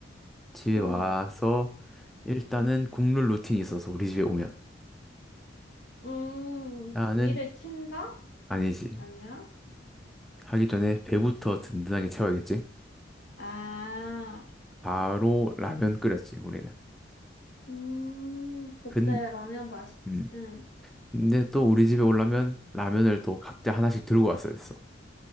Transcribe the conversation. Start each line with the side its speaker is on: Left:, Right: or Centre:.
Centre: 집에
Left: 응.
Centre: 와서 일단은 국룰 루틴이 있어서 우리 집에 오면
Left: 음.
Centre: 나는
Left: 위를 킨다?
Centre: 아니지.
Left: 아니야?
Centre: 하기 전에 배부터 든든하게 채워야겠지.
Left: 아.
Centre: 바로 라면 끓였지, 우리는.
Left: 음, 그때
Centre: 근,
Left: 라면 맛있지.
Centre: 음.
Left: 응.
Centre: 근데 또 우리 집에 오려면 라면을 또 각자 하나씩 들고 왔어야 됐어.